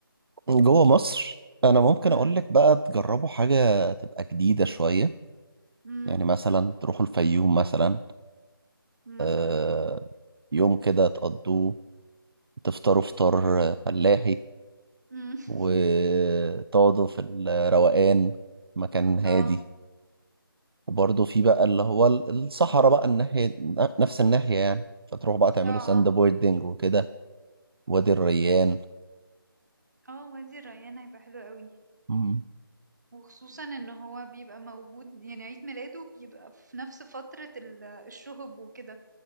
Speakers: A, on the right; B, on the right.
A: جوا مصر انا ممكن
B: امم
A: اقول لك بقى تجربوا حاجة تبقى جديدة شوية
B: امم
A: يعني مثلا تروحوا الفيوم مثلا
B: مثلا
A: آه يوم كده تقضوه تفطروا فطار فلاحي
B: امم <laughs>
A: وتقعدوا في الروقان مكان هادي
B: اه
A: وبرضه في بقى اللي هو ال- الصحراء بقى الناحية ن- نفس الناحية يعني فتروح بقى تعملوا
B: اه
A: ساند
B: اه
A: بوردنج وكده وادي الريان
B: اه وادي الريان هيبقى حلو قوي
A: مم.
B: وخصوصا ان هو بيبقى موجود يعني عيد ميلاده بيبقى في نفس فترة ال- الشهب وكده